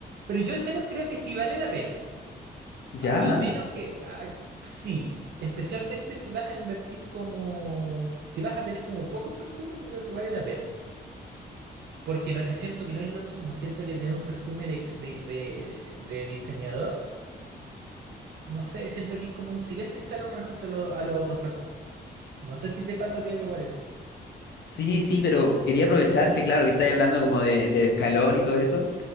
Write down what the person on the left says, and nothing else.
Ya,
sí, sí, pero quería aprovechar que claro, que estáis hablando como de, de escalón y todo eso,